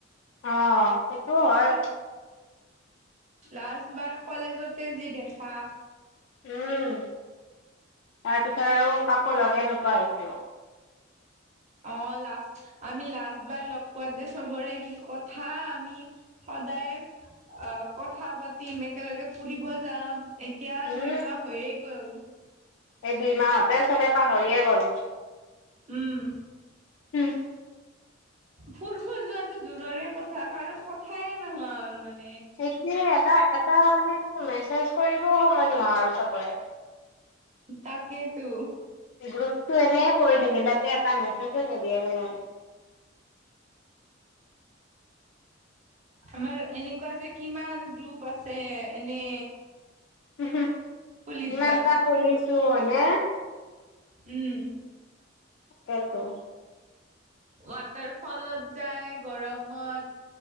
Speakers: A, on the left (about 70°); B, on the right (about 35°).
A: অ সেইটো হয়।
B: লাষ্ট বাৰ কলেজতে যি দেখা।
A: উম তাৰ পিছত আৰু কাকো লগে নোপোৱা হৈছো।
B: অ লাষ্ট আমি লাষ্টবাৰ লগ পোৱাতে চবৰে কি কথা আমি সদায় অ কথা পাতিম একেলগে ফুৰিব যাম এতিয়া
A: উম
B: দুইমাহ হৈয়ে গ'ল।
A: এই দুই মাহতে চবে পাহৰিয়ে গ'ল।
B: উম।
A: <unintelligible>
B: ফুুৰব যোৱাটো দূৰৰে কথা কাৰো কথাই নোহোৱা হ'ল মান-
A: সেইটোয়ে এটা এটা মানে মেছেজ কৰিবও সময় নোহোৱা আৰু চাবৰে।
B: তাকেতো।
A: গ্ৰুপতটো এনে পৰি থাকে তাতে এটা মেছেজো নিদিয়ে কোনো।
B: আমাৰ এনেকুৱা যে কিমান গ্ৰুপ আছে এনে।
A: হো হো
B: খুলি
A: কিমানটা
B: থোৱা
A: খুলিছো হয়নে?
B: উম।
A: তেতো
B: ৱাটাৰ ফলত যায় গৰমত,